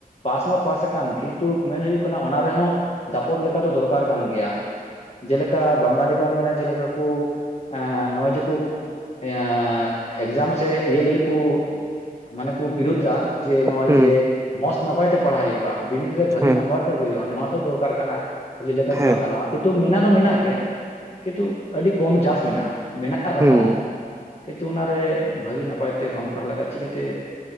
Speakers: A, on the left; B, on the right.
A: ᱯᱟᱥ ᱢᱟ ᱯᱟᱥ ᱟᱠᱟᱱ ᱠᱤᱱᱛᱩ ᱢᱮᱱ ᱦᱩᱭᱩᱜ ᱠᱟᱱᱟ ᱚᱱᱟ ᱨᱮᱦᱚᱸᱼᱼ ᱫᱟᱯᱚᱴ ᱞᱮᱠᱟ ᱫᱚ ᱫᱚᱨᱠᱟᱨ ᱠᱟᱱ ᱜᱮᱭᱟ ᱡᱮᱞᱮᱠᱟᱼᱼ ᱵᱟᱝᱞᱟ ᱰᱤᱯᱟᱨᱢᱮᱱᱴ ᱨᱮ ᱪᱮᱫ ᱞᱮᱠᱟ ᱠᱚ ᱮᱸ ᱱᱚᱜᱼᱚᱭ ᱡᱮᱠᱚ ᱮ ᱮᱠᱡᱟᱢ ᱥᱮ ᱤᱭᱟᱹ ᱞᱟᱹᱜᱤᱫ ᱠᱚ ᱢᱟᱱᱮ ᱠᱚ ᱵᱤᱨᱩᱫᱟ ᱡᱮ ᱱᱚᱜᱼᱚᱭ
B: ᱦᱩᱸ ᱦᱩᱸ ᱦᱩᱸ
A: ᱡᱮ ᱢᱚᱸᱡᱽ ᱱᱟᱯᱟᱭ ᱛᱮ ᱯᱟᱲᱦᱟᱣ ᱦᱩᱭᱩᱜᱼᱟ ᱵᱤᱱᱤᱰ ᱨᱮ ᱵᱷᱟᱹᱜᱤ
B: ᱦᱩᱸ ᱦᱮᱸ
A: ᱱᱟᱢᱵᱟᱨ ᱛᱮ ᱟᱹᱜᱩᱭ ᱦᱩᱭᱩᱜᱼᱟ ᱱᱚᱣᱟ ᱛᱚ ᱫᱚᱨᱠᱟᱨ ᱠᱟᱱᱟ ᱠᱷᱟᱹᱞᱤ ᱞᱮᱠᱟ ᱫᱚ
B: ᱦᱮᱸ
A: ᱵᱟᱝ ᱜᱟᱱᱚᱜᱼᱟ ᱠᱤᱱᱛᱩ ᱢᱮᱱᱟᱜ ᱫᱚ ᱢᱮᱱᱟᱜ ᱜᱮᱭᱟ ᱠᱤᱱᱛᱩ ᱟᱹᱰᱤ ᱠᱚᱢ ᱪᱟᱥ ᱢᱮᱱᱟᱜᱼᱟ ᱢᱮᱱᱟᱜ ᱨᱮ
B: ᱦᱩᱸ
A: ᱦᱚᱸ ᱠᱤᱱᱛᱩ ᱚᱱᱟ ᱨᱮ ᱵᱷᱟᱹᱜᱤ ᱱᱟᱯᱟᱭ ᱛᱮ ᱵᱟᱝ ᱛᱟᱦᱟᱞᱮ ᱠᱷᱟᱡ ᱪᱤᱠᱟᱹ ᱛᱮ